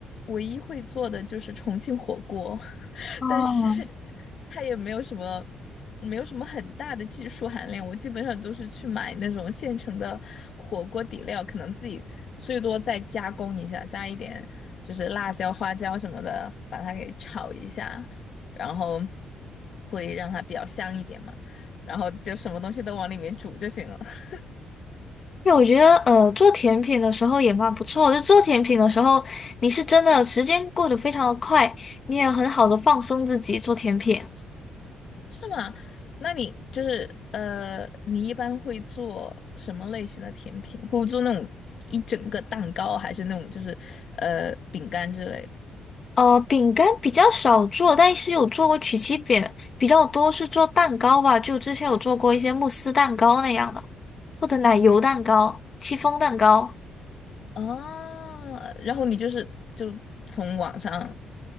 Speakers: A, on the left; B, on the left.
A: 唯一会做的就是重庆火锅，<laughs>
B: 哦
A: 但是它也没有什么没有什么很大的技术含量。我基本上都是去买那种现成的火锅底料，可能自己最多再加工一下，加一点就是辣椒、花椒什么的，把它给炒一下。然后会让它比较香一点嘛，然后就什么东西都往里面煮就行了，<laughs>
B: 对，我觉得呃，做甜品的时候也蛮不错的。就做甜品的时候，你是真的时间过得非常的快，你也很好的放松自己做甜品。
A: 是吗？那你就是呃，你一般会做什么类型的甜品？会做那种一整个蛋糕，还是那种就是呃饼干之类的？
B: 呃，饼干比较少做，但是有做过曲奇饼，比较多是做蛋糕吧。就之前有做过一些慕斯蛋糕那样的，或者奶油蛋糕、戚风蛋糕。
A: 啊，然后你就是就从网上